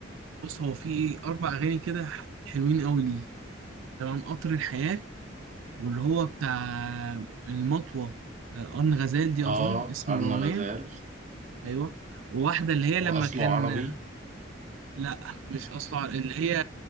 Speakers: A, on the right (about 85°); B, on the right (about 35°).
A: بص هو في اربع اغاني كده ح- حلوين قوي ليه تمام قطر الحياه واللي هو بتاع المطوه آه، ان غزال دي
B: اه
A: اظن اسم
B: أرنا
A: الاغنيه
B: غزال
A: ايوه وواحده اللي هي
B: وأصله
A: لما كان
B: عربي
A: لا مش اصلا اللي هي